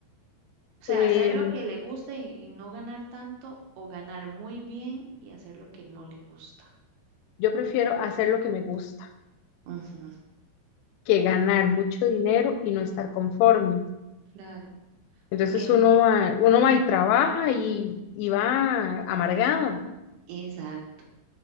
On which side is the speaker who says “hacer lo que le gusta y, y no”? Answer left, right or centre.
Right